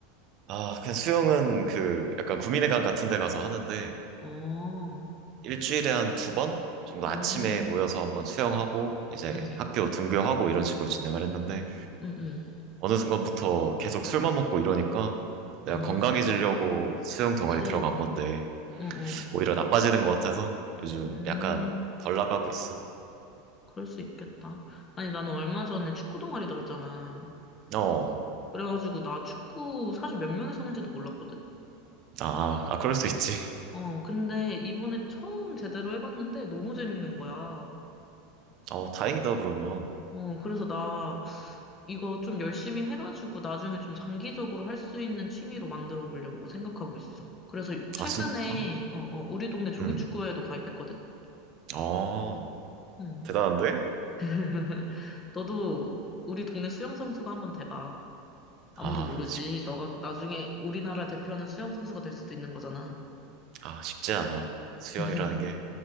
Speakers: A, on the right; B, on the left.
A: 아, 그냥 수영은 그 약간 구민회관 같은 데 가서 하는데
B: 어,
A: 일주일에 한 두 번 정도
B: 음,
A: 아침에 모여서 한번 수영하고 이제
B: 음,
A: 학교 등교하고 이런 식으로 진행을 했는데
B: 음, 음.
A: 어느 순간부터 계속 술만 먹고 이러니까 내가
B: 아,
A: 건강해지려고 수영
B: 그치.
A: 동아리 들어간 건데
B: 응, 응.
A: 오히려 나빠지는 것 같아서 요즘
B: 음,
A: 약간 덜 나가고 있어.
B: 그럴 수 있겠다. 아니, 나는 얼마 전에 축구 동아리 들었잖아.
A: 어,
B: 그래가지고 나 축구 사실 몇 명이서 하는지도 몰랐거든?
A: 아, 아, 그럴 수
B: 음.
A: 있지.
B: 어, 근데 이번에 처음 제대로 해봤는데 너무 재밌는 거야.
A: 어, 다행이다, 그러면.
B: 어, 그래서 나 이거 좀 열심히 해가지고 나중에 좀 장기적으로 할 수 있는 취미로 만들어 보려고 생각하고 있어. 그래서 최근에,
A: 아, 진짜?
B: 어, 어, 우리 동네 조기축구회에도
A: 응
B: 가입했거든?
A: 어,
B: 음.
A: 대단한데?
B: <laughs> 너도 우리 동네 수영선수가 한번 돼봐. 아무도
A: 아,
B: 모르지.
A: 쉽,
B: 너가 나중에 우리나라 대표하는 수영선수가 될 수도 있는 거잖아.
A: 아, 쉽지 않아. 수영이라는
B: <laughs>
A: 게